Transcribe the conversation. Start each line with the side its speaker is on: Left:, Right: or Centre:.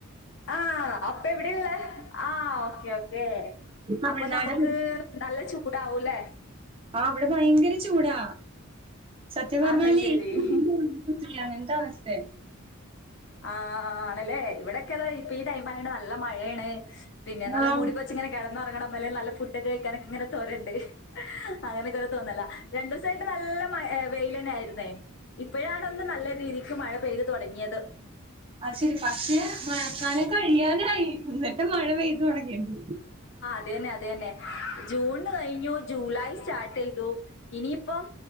Left: ആഹ് അപ്പ എവ്ടെള്ള ആഹ് ഓക്കെ ഓക്കെ
Right: തമിഴ്നാട്
Left: അപ്പൊ നമ്ക്ക് നല്ല ചൂടാവൂല്ലേ
Right: ആഹ് അവ്ട ഭയങ്കര ചൂടാ സത്യം പറഞ്ഞാല്
Left: ആഹ് ശരി
Right: ചൂടാണ് ചൂയാണ് എന്തവസ്തെ
Left: ആഹ് ആണല്ലേ ഇവിടെൊക്കെ അതാ ഇപ്പൊ ഈ ടൈം ആണ്ട് നല്ല മഴയാണ് പിന്നെ നല്ല
Right: ആഹ്
Left: മൂടി ഇങ്ങനെ കിടന്നറങ്ങണം നല്ല ഫുഡ് കഴിക്കാനൊക്കെങ്ങനെ തൊരണ്ട് അങ്ങനൊക്കെ തോന്നല രണ്ടു ദിവസായിട്ട് നല്ല മ വെൽ തന്നെ ആയിരുന്നേ ഇപ്പോഴാണന്ന് നല്ല രീതിക്ക് മഴ പെയ്ത് തുടങ്ങിയത്
Right: അത് ശരി പക്ഷെ മഴക്കാന കഴിയാനായി എന്നിട്ട് മഴ പെയ്തു തുടങ്ങിയണ്ട്
Left: അതെ തന്നെ അതെ തന്നെ ജൂണ് കഴിഞ്ഞു ജൂലൈ സ്റ്റാർട്ടയ്തു ഇനിയിപ്പം